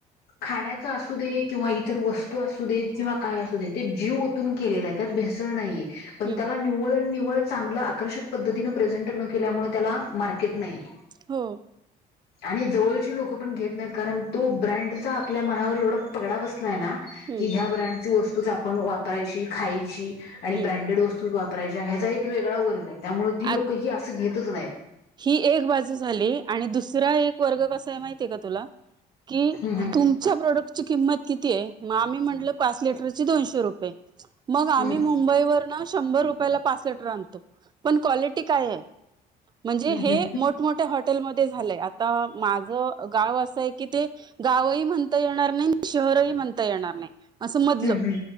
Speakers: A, on the left (about 70°); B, on the right (about 25°).
A: खाण्याचा असू दे किंवा इतर वस्तू असू देेत किंवा काय असू दे ते जीव ओतून केलेला आहे त्यात भेसळ नाहीये
B: हम्म
A: पण त्याला निव्वळ निवळ चांगलं आकर्षक पद्धतीनं प्रेझेंट न केल्यामुळे त्याला मार्केट नाही.
B: हो
A: आणि जवळची लोक पण घेत नाहीत कारण तो ब्रँडचा आपल्या मनावर एवढा पगडा बसलाय ना,
B: हम्म
A: की ह्या ब्रँडची वस्तूच आपण वापरायची खायची आणि
B: हम्म
A: ब्रँडेड वस्तू, राय ह्याचा एक वेगळा वर्ग आहे त्यामुळे ती लोक
B: आ
A: ही असं घेतच नाहीत.
B: ही एक बाजू झाली आणि दुसरा एक वर्ग कसा आहे माहिती आहे का तुला कि
A: हम्म
B: तुमच्या प्रोडक्टची किंमत किती आहे मग आम्ही म्हण टलं पाच लीटर ची दोनशे रुपये मग आम्ही
A: हम्म
B: मुंबईवर्ण शंभर रुपये ला पाच ली टर आणतो पण क्वालिटी काये म्हणजे
A: हम्म
B: हे मोठमोठ्या हॉटेलमध्ये झालंय आता माझं गाव असं आहे की ते गावही म्हणता येणार नाही शहरही म्हणता येणार नाही. असं मधलं
A: हम्म हम्म